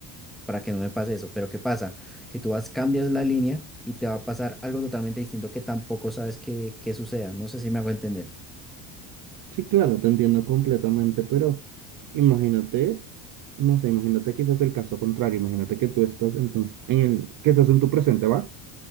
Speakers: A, in the centre; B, on the right (about 45°).
A: para que no me pase eso. Pero ¿qué pasa? Que tú vas, cambias la línea y te va a pasar algo totalmente distinto que tampoco sabes que, que suceda. No sé si me hago entender.
B: sí, claro, te entiendo completamente, pero imagínate, no sé, imagínate quizás el caso contrario, imagínate que tú estás entonces en el, que estás en tu presente, ¿va?